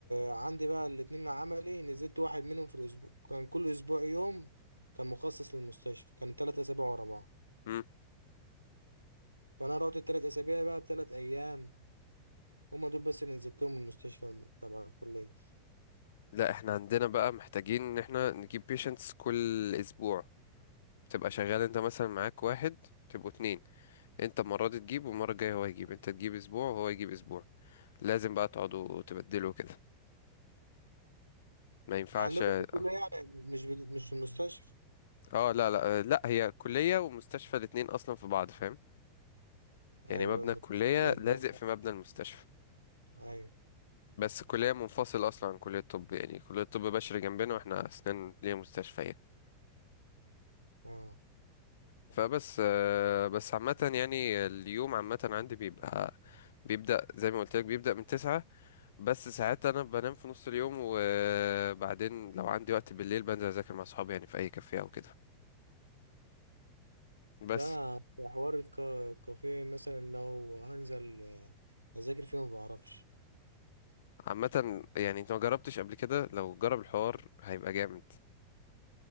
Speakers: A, on the right; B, on the left.
A: عندي بقى الاتنين عملي نزلت واحد منهم في الأسبوع كان كل أسبوع يوم كان مخصص للمستشفى كان تلات أسابيع ورا بعض
B: مم.
A: فأنا رحت التلات أسابيع بقى بتلات أيام هما دول بس اللي نزلتهم من المستشفى تبع الكلية
B: لا إحنا عندنا بقى محتاجين إن إحنا نجيب patients كل أسبوع بتبقى شغال أنت مثلا معاك واحد تبقوا اتنين أنت المرة دي تجيب والمرة الجاية هو يجيب أنت تجيب أسبوع وهو يجيب أسبوع لازم بقى تقعدوا تبدلوا كده ما ينفعش
A: عندكم
B: اه
A: في الكلية يعني مش بد... مش في المستشفى
B: آه، لا لا آه، لا هي كلية ومستشفى الاتنين أصلا في بعض فاهم يعني
A: أيوة
B: مبنى
A: المستشفى
B: الكلية
A: اللي هي الجامعة
B: لازق في
A: دي.
B: مبنى المستشفى
A: أيوة
B: بس كلية منفصلة أصلا عن كلية الطب يعني كلية الطب بشري جنبنا وإحنا أسنان ليها مستشفيات
A: أه
B: فبس آه، بس عامة يعني اليوم عامة عندي بيبقى بيبدأ زي ما قلت لك بيبدأ من تسعة بس ساعات أنا بنام في نص اليوم وبعدين لو عندي وقت بالليل بنزل أذاكر مع صحابي يعني في أي كافيه أو كده بس
A: لا أنا في حوار الك- الكافيه مثلا لو هنزل أذاكر فيه ما بعرفش
B: عامة يعني أنت ما جربتش قبل كده لو جرب الحوار هيبقى جامد